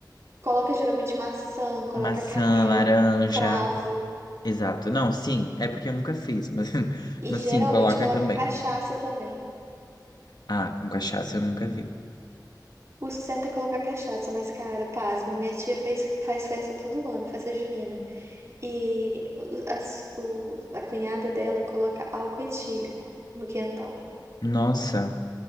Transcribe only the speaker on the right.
coloca geralmente maçã, coloca
canela,
cravo
e
geralmente
coloca
cachaça também.
O certo é colocar cachaça, mas cara, pasme, minha tia fez, faz festa todo ano, festa junina. E o- as- o- a cunhada dela coloca álcool etílico no quentão.